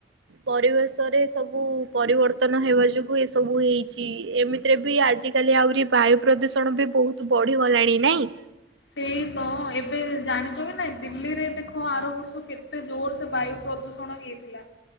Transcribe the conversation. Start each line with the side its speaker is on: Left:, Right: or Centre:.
Right: ପରିବେଶରେ ସବୁ ପରିବର୍ତ୍ତନ ହେବା ଯୋଗ ଏସବୁ ହେଇଛି ଏମିତିରେ ବି ଆଜିକାଲି ଆହୁରି ବାୟୁ ପ୍ରଦୂଷଣ ବି ବହୁତ ବଢିଗଲାଣି। ନାଇଁ?
Left: ସେଇ ତ ଏବେ ଜାଣିଛ କି ନାଇ ଦିଲ୍ଲୀରେ ଦେଖ ଆର ବର୍ଷ କେତେ ଜୋର ସେ ବାୟୁ ପ୍ରଦୂଷଣ ହେଇଥିଲା।